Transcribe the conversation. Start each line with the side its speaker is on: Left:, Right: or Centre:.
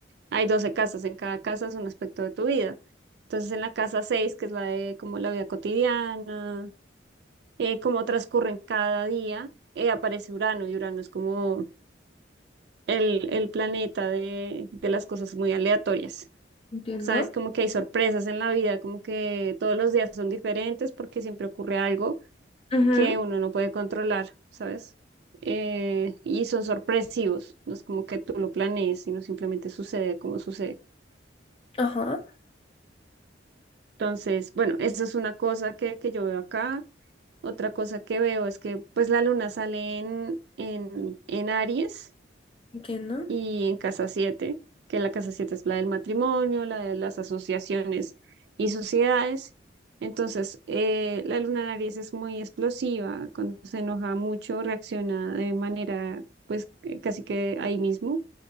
Right: hay 12 casas, en cada casa es un aspecto de tu vida. Entonces en la casa seis que es la de como la vida cotidiana, eh, cómo transcurren cada día, eh, aparece Urano y Urano es como el, el planeta de, de las cosas muy aleatorias.
Left: Entiendo.
Right: Sabes, como que hay sorpresas en la vida, como que todos los días son diferentes porque siempre ocurre algo
Left: Ujú,
Right: que uno no puede controlar, ¿sabes? Eh, y son sorpresivos, no es como que tú lo planees, sino simplemente sucede como sucede.
Left: Ajá,
Right: Entonces, bueno, eso es una cosa que, que yo veo acá. Otra cosa que veo es que pues la luna sale en, en, en Aries
Left: entiendo.
Right: y en Casa siete que la Casa 7 es la del matrimonio, la de las asociaciones y sociedades. Entonces, eh, la luna Aries es muy explosiva, cuando se enoja mucho, reacciona de manera, pues, eh, casi que ahí mismo